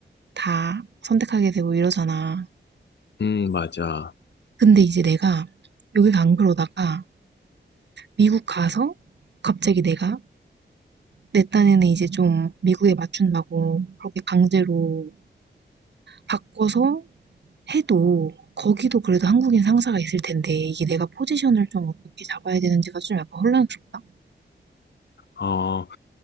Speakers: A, on the right (about 65°); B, on the left (about 65°).
A: 다 선택하게 되고 이러잖아.
B: 음, 맞아.
A: 근데 이제 내가 여기가 안 그러다가 미국 가서 갑자기 내가 내 딴에는 이제 좀 미국에 맞춘다고 그렇게 강제로 바꿔서 해도 거기도 그래도 한국인 상사가 있을 텐데 이게 내가 포지션을 좀 어떻게 잡아야 되는지가 좀 약간 혼란스럽다.
B: 어,